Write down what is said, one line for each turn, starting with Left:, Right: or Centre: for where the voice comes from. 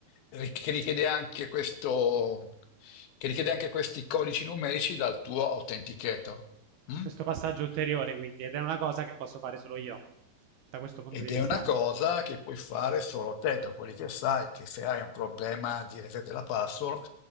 Left: ri- che richiede anche questo, che richiede anche questi codici numerici dal tuo autenticator. mm?
Right: questo passaggio ulteriore quindi, ed è una cosa che posso fare solo io, da questo punto
Left: Ed
Right: di vista.
Left: è una cosa che puoi fare solo te, dopodiché sai che se hai un problema di reset della password,